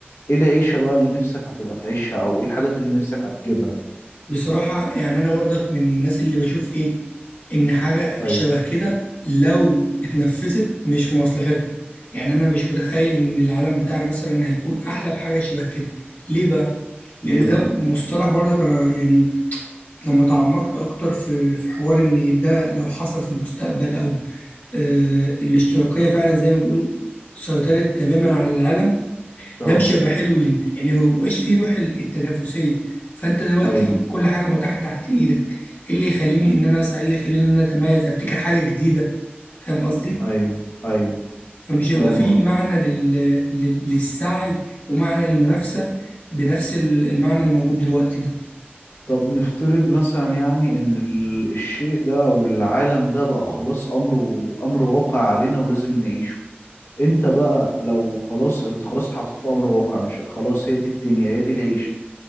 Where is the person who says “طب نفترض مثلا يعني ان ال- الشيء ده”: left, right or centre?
Left